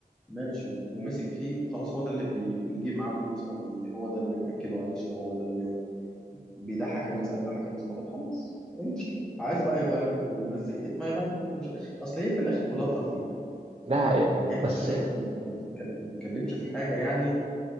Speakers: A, in the centre; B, on the right.
A: ماشي و- ومسك فيه وخلاص هو ده اللي بي بيجيب معاه فلوس او بي هو ده اللي مأكله عيش او هو ده اللي بيضحك الناس قد ضحك الناس فتره خلاص ايه المشكله عايز بقى يغير والناس زهقت ما يغير إيه المشكلة؟ اصل هي في الاخر كلها ترفيه
B: ده حقيقة
A: يعني احنا
B: بس
A: في الاخر
B: اه
A: ما ما بنتكل- ما بنتكلمش في حاجه يعني